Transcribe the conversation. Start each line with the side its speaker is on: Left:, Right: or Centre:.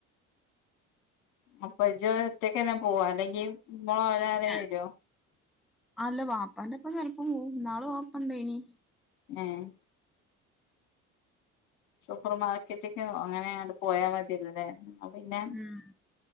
Left: അപ്പൊ ജ് ഒറ്റക്ക് അന്നെ പോവാ അല്ലെങ്കി മൊളോ അവരാരേലും
Centre: ഏ
Left: വരുവോ
Centre: അല്ല വാപ്പാന്റെപ്പം ചെലപ്പ പോകും ഇനാള് വാപ്പേണ്ടാനി
Left: ഏഹ് സൂപ്പർ മാർക്കറ്റക്കോ അങ്ങനെ അങ്ങ്ട്ട് പോയാൽ മതിയല്ലോലെ അത് പിന്നെ
Centre: ഉം